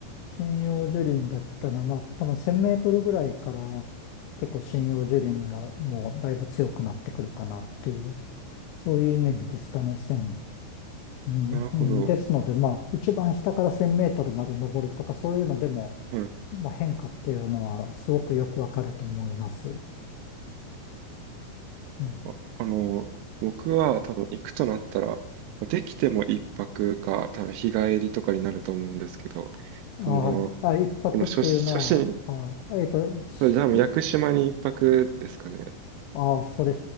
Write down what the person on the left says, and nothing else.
針葉樹林だったら、まあ、多分1000メートルぐらいから結構針葉樹林がもうだいぶ強くなってくるかなっていう、そういうイメージですかね、1うんうんですので、
まあ、一番下から1000メートルまで登るとか、そういうのでも、
まあ、変化っていうのはすごくよくわかると思います。うん
はい。
あ、一泊っていうのは、
はいえっと、し
あ、それ、